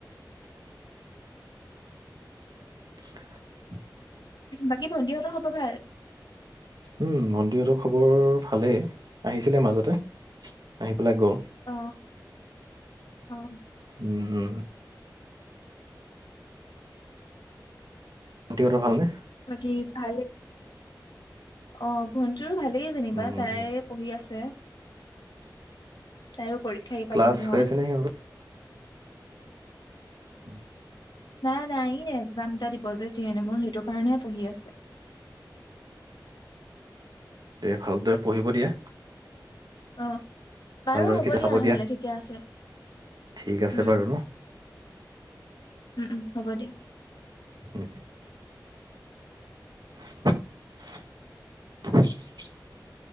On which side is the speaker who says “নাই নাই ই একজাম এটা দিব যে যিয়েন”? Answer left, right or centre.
Left